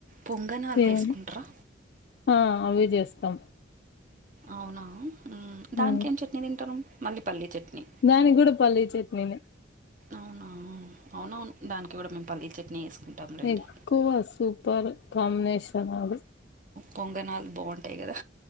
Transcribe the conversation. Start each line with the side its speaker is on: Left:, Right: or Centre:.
Right: పొంగనాలు చేసుకుంటారా
Left: ఏం ఆ అవె చేస్తాం
Right: అవునా మ్మ్ దానికేం
Left: ఉ
Right: చట్నీ తింటారు మళ్ళీ పల్లీ చట్నీ
Left: దాని కూడా పల్లి చట్నీనే
Right: అవునా అవునవును దానికి కూడా మేము పల్లీ చట్నీ వేసుకుంటాములేండి
Left: ఎక్కువ సూపర్ కాంబినేషన్ అది
Right: పొంగణాలు బాగుంటాయి కదా